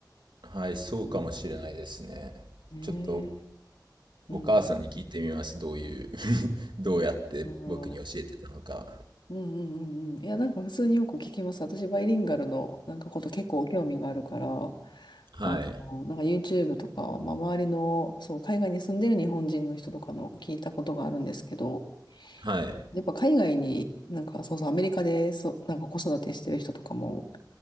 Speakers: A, on the right (about 85°); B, on the left (about 80°).
A: はい、そうかもしれないですね。
B: うん。ねえ。
A: ちょっと
B: うんうん。
A: お母さんに聞いてみます。どういう <laughs> どうやって僕に教えてたのか。
B: まあ、うんうんうんうん。いや、なんか普通によく聞きます。私、バイリンガルのなんかこと結構興味があるから、
A: はい。
B: あの、なんか YouTube とか、まあ、周りの、そう、海外に住んでる日本人の人とかの聞いたことがあるんですけど、
A: はい。
B: やっぱ海外になんか、そうそう、アメリカで、そう、なんか子育てしてる人とかも